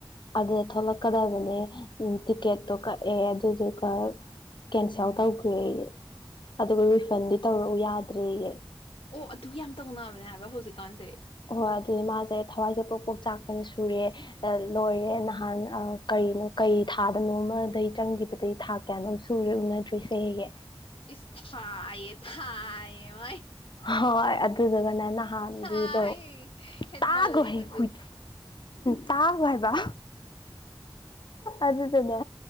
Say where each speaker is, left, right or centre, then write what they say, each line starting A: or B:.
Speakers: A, on the left; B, on the left.
A: ꯑꯗꯨꯗ ꯊꯣꯛꯂꯛꯀꯗꯕꯅꯦ ꯇꯤꯀꯦꯠꯇꯣ ꯀꯛꯑꯦ ꯑꯗꯨꯗꯨꯒ ꯀꯦꯟꯁꯦꯜ ꯇꯧꯈ꯭ꯔꯦ ꯑꯩꯌꯦ ꯑꯗꯨꯒ ꯔꯤꯐꯟꯗꯤ ꯇꯧꯔꯛꯎ ꯌꯥꯗ꯭ꯔꯦꯌꯦꯦ
B: ꯑꯣ ꯑꯗꯨ ꯌꯥꯝ ꯇꯧꯅꯕꯅꯦ ꯍꯥꯏꯕ ꯍꯧꯖꯤꯛꯀꯥꯟꯁꯦ
A: ꯍꯣꯏ ꯑꯗꯨꯗꯤ ꯃꯥꯁꯦ ꯊꯋꯥꯏꯁꯦ ꯄꯣꯛ ꯄꯣꯛ ꯆꯥꯛꯄꯅ ꯁꯨꯔꯦ ꯂꯣꯏꯔꯦ ꯅꯍꯥꯟ ꯀꯩꯅꯣ ꯀꯩ ꯊꯥꯗꯅꯣꯃꯗꯩ ꯆꯪꯈꯤꯕꯗꯩ ꯊꯥ ꯀꯌꯥꯅꯣꯝ ꯁꯨꯔꯦ ꯎꯅꯗ꯭ꯔꯤꯁꯦ ꯍꯦꯒꯦ
B: ꯏ ꯊꯑ ꯊꯑ ꯃꯥꯏ
A: ꯍꯣꯏ ꯑꯗꯨꯗꯨꯒꯅꯦ ꯅꯍꯥꯟꯒꯤꯗꯣ
B: ꯊꯥꯏ ꯍꯦꯟꯃꯜꯂꯤ
A: ꯇꯥꯛꯒꯍꯦ
B: ꯃꯗꯨ
A: ꯍꯨꯏ ꯇꯥꯛ ꯀꯍꯦꯕ ꯑꯗꯨꯗꯨꯅꯦ